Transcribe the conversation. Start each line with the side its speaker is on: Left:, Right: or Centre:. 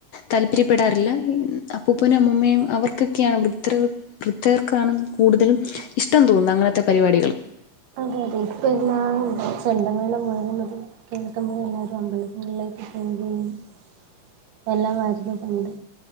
Left: താല്പര്യപ്പെടാറില്ല അപ്പൂപ്പനും അമ്മൂമ്മയും അവർക്കൊക്കെയാണ് വൃദ്ധ വൃദ്ധർക്കാണ് കൂടുതലും ഇഷ്ടം തോന്നുന്നത് അങ്ങനത്തെ പരിപാടികൾ
Right: അതെ ഇപ്പൊ എല്ലാ ചെണ്ടമേളം മുഴുങ്ങുന്നത് കേൾക്കുമ്പോ എല്ലരും അമ്പലങ്ങളിലേക്ക് <unintelligible> എല്ലാം ത് പണ്ട്,